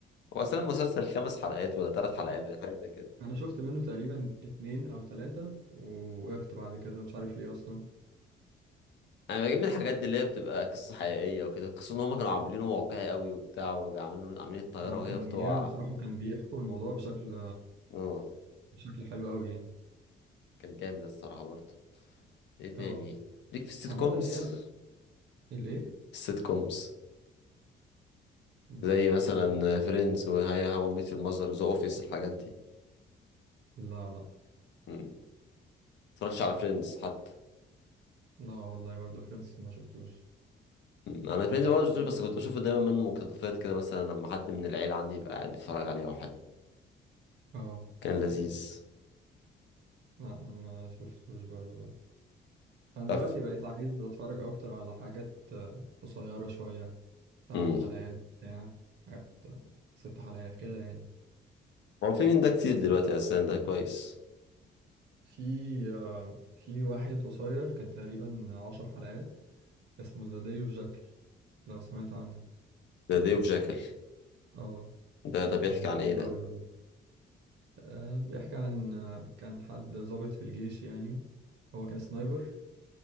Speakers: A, on the left; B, on the right.
A: هو اصلا المسلسل خمس حلقات ولا ثلاث حلقات يعني حاجه زي كده
B: أنا شفت منه تقريبا اتنين أو تلاتة ووقفت بعد كده مش عارف ليه أصلا
A: انا بجيب من الحاجات دي اللي هي بتبقى قصه حقيقيه وكده قصه ان هم كانوا عاملينه واقعي قوي وبتاع وعاملين عاملين الطياره
B: هو
A: وهي
B: كان
A: بتقع
B: جامد بصراحة وكان بيحكوا الموضوع بشكل
A: اه
B: بشكل حلو أوي يعني
A: كان جامد الصراحه برضه ايه تاني
B: اه
A: ليك في السيت
B: عامة
A: كومز
B: هي ال- الإيه؟
A: السيت كومز
B: لأ
A: زي مثلا
B: ده-
A: فريندز وهاي هاو ميت يور ماذر ذا اوفيس الحاجات دي
B: لا لأ
A: مم. متفرجش على فريندز حتى
B: لا والله برضه فريندز ما شفتوش
A: مم. انا فريندز برضه شفتوش
B: عن-
A: بس كنت بشوفه دايما من مقتطفات كده مثلا لما حد من العيله عندي يبقى قاعد بيتفرج عليه او حاجه
B: اه
A: كان لذيذ
B: لا ما شفتوش برضه لا أنا
A: طب
B: دلوقتي بقيت عايز أتفرج أكتر على حاجات آه، قصيرة شوية تمن
A: مم.
B: حلقات بتاع حاجات ست حلقات كده يعني
A: هو في مين ده كتير دلوقتي اساسا ده كويس
B: في آه، في واحد قصير كان تقريبا عشر حلقات اسمه ذا داي اوف جاكل لو سمعت عنه
A: ده ديف جاكل
B: اه
A: ده ده بيحكي
B: يعني
A: عن
B: حلو
A: ايه ده
B: قوي برضه آه، بيحكي عن آه، كان حد ضابط في الجيش يعني هو كان سنايبر